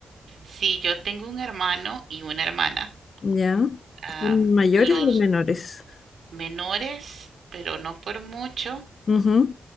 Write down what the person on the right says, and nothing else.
Sí, yo tengo un hermano y una hermana.
am,
los
menores, pero no por mucho.